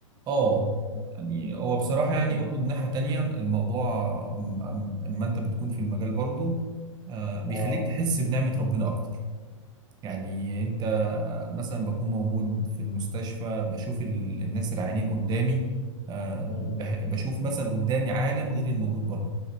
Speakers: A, on the right (about 25°); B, on the left (about 20°).
A: اه يعني هو بصراحه يعني
B: من-
A: برضو من ناحيه تانية الموضوع م- أم- اما انت بتكون في المجال برضو آه، بيخليك
B: اه
A: تحس بنعمه ربنا اكتر يعني انت مثلا بكون موجود في المستشفى بشوف ال- الناس العيانين قدامي آه،
B: مم.
A: بح- بشوف مثلا قدامي عالم غير الموجود بره